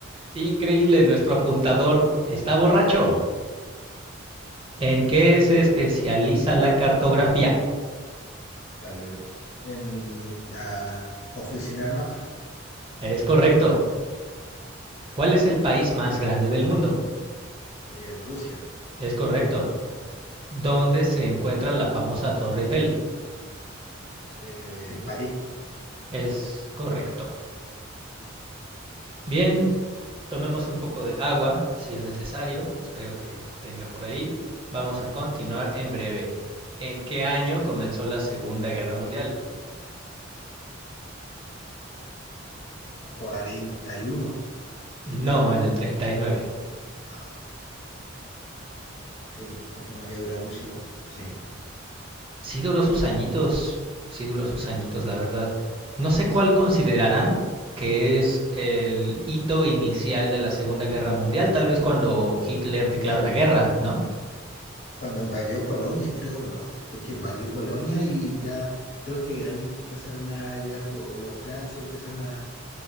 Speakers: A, on the right; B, on the left.
A: Increíble, nuestro apuntador está borracho. ¿En qué se especializa la cartografía?
B: Like, En la confeccionar mapa,
A: Es correcto. ¿Cuál es el país más grande del mundo?
B: eh, Rusia,
A: Es correcto. ¿Dónde se encuentra la famosa Torre Eiffel?
B: eh, en París,
A: Es correcto. Bien, tomemos un poco de agua si es necesario. Espero que tenga por ahí. Vamos a continuar en breve. ¿En qué año comenzó la Segunda Guerra Mundial?
B: 1941.
A: No, en el 39.
B: Ah, sí, porque no había durado mucho igual. Sí,
A: sí duró sus añitos, sí duró sus añitos, la verdad. No sé cuál
B: sí.
A: considerarán que es el hito inicial de la Segunda Guerra Mundial, tal vez cuando Hitler declara
B: Y, bueno,
A: la guerra, ¿no?
B: cuando invadió Polonia, creo, ¿no? Porque invadió Polonia y ya creo que ahí empezaron a llegar los los Francia, empezaron a,